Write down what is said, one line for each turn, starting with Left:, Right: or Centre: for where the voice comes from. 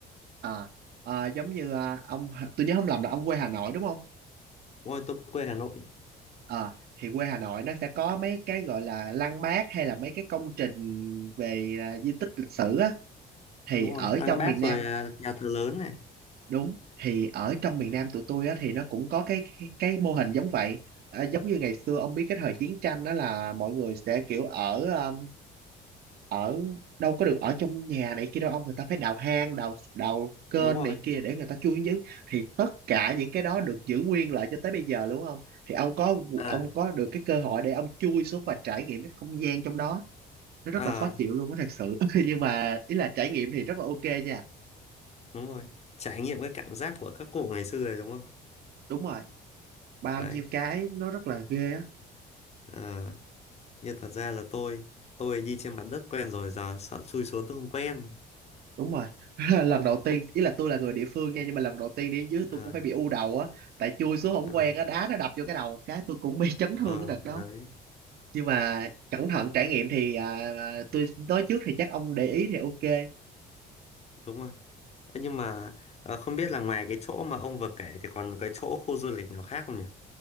Right: à, à giống như à, ông tôi nhớ không lầm là ông quê Hà Nội đúng không
Left: đúng rồi tôi quê Hà Nội
Right: à, thì quê Hà Nội nó sẽ có mấy cái gọi là lăng bác hay là mấy cái công trình về à, di tích lịch sử á thì
Left: đúng
Right: ở
Left: rồi Lăng
Right: trong
Left: Bác
Right: miền Nam
Left: rồi ờ, nhà thờ lớn này
Right: đúng thì ở trong miền
Left: đấy
Right: Nam tụi tôi á thì nó cũng có cái cái, cái mô hình giống vậy À, giống như ngày xưa ông biết cái thời chiến tranh đó là mọi người sẽ kiểu ở à, ở đâu có được ở trong nhà này kia đâu ông người ta phải đào hang đào đào kênh
Left: đúng rồi
Right: này kia để người ta chui xuống dưới thì tất cả
Left: Đúng
Right: những
Left: rồi.
Right: cái đó được giữ nguyên lại cho tới bây giờ đúng không thì ông có
Left: à
Right: ông có được cái cơ hội để ông chui xuống và trải nghiệm cái không gian trong đó nó rất
Left: à
Right: là khó chịu luôn á thật sự <laughs> nhưng mà ý là trải nghiệm thì rất là ok nha
Left: đúng rồi trải nghiệm cái cảm giác của các cụ ngày xưa rồi đúng không
Right: đúng rồi bao
Left: đấy
Right: nhiêu cái nó rất là ghê á
Left: Ờ nhưng thật ra là tôi tôi đi trên mặt đất quen rồi giờ sợ chui xuống tôi không quen
Right: đúng rồi <laughs> lần đầu tiên ý là tôi là người địa phương nha nhưng mà lần đầu tiên đi đến dưới tôi
Left: à,
Right: cũng phải bị u đầu á tại chui xuống không
Left: à,
Right: quen á đá nó đập vô cái đầu một cái tôi cũng bị <laughs> chấn
Left: ờ,
Right: thương cái đợt đó
Left: đấy
Right: nhưng mà cẩn thận trải nghiệm thì à, à, tôi nói trước thì chắc ông để ý thì ok
Left: đúng rồi Ơ, nhưng mà ờ, không biết là ngoài cái chỗ mà ông vừa kể thì còn cái chỗ khu du lịch nào khác không nhỉ